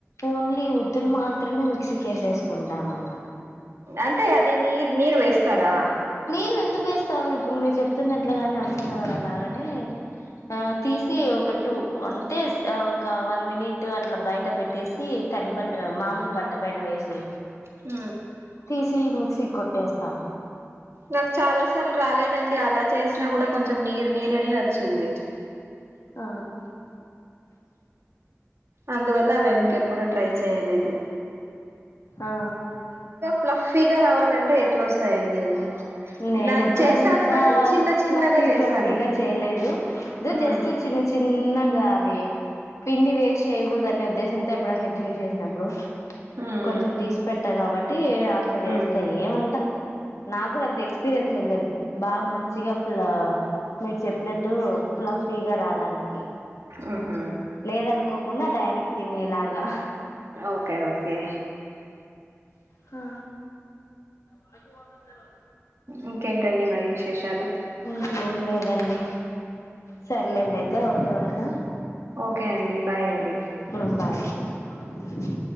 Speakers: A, on the left; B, on the right.
A: ఓన్లీ ఉద్దులు మాత్రమే మిక్సీకేసేసుకుంటాను
B: అంటే అది నీర్ నీరు వేస్తారా
A: నీరు ఎందుకు వేస్తారు ఇప్పుడు మీరు చెప్తున్నట్లుగానే అలసంద వడ లాగానే ఆ తీస్ తి ఒక టూ అంటే ఒక వన్ మినిట్ అట్లా బయట పెట్టేసి తడి బట్ట మామూలు బ ట్ట పైన వేసి
B: ఊ
A: తీసి మిక్సీ కొట్టేస్తా
B: నాకు చాలా సార్లు రాలేదండి అలా చేసినా కూడా కొంచెం నీరు నీరనే వచ్చింది
A: ఆ
B: అందువల్ల అవి ఇంకెప్పుడు ట్రై చేయలేదు
A: ఆ
B: ప్లఫీగా రావాలంటే ఎట్లొస్తాయండి అవి
A: నేనెప్పుడూ
B: నా చేశాను
A: అంతా
B: కానీ చిన్న చిన్నగా
A: ప్లఫీ
B: చేశాను
A: ప్లఫీగా చేయలేదు ఇదే
B: ఉమ్
A: జస్ట్ చిన్న చిన్నగా అవి పిండి వేస్ట్ చేయకూడదనే ఉద్దేశంతో ఎప్పుడన్నా ఇడ్లీ చేసినప్పుడు
B: ఉమ్
A: కొంచెం తీసి పెడ్తా కాబట్టి అట్ల చేస్తా
B: ఉమ్
A: ఏమంతా నాగ్గూడంత త ఎక్స్పీరియన్స్ ఏం లేదు బాగా మంచిగా అప్పుల్లా మీరు చెప్పినట్టు ప్లఫీగా రావడానికి
B: ఊహూ
A: లేదనుకోకుండా ఆ టయానికి తినేలాగా
B: ఓకే ఓకే
A: హా ఫస్ట్గా పోతదని తెల్వదా
B: ఇంకేంటండి మరి విశేషాలు
A: ఇంకేం లేదండి సర్లేండి అయితే ఓకే ఉంటా
B: ఓకే అండి బాయ్ అండి
A: ఉమ్ బాయ్ అండి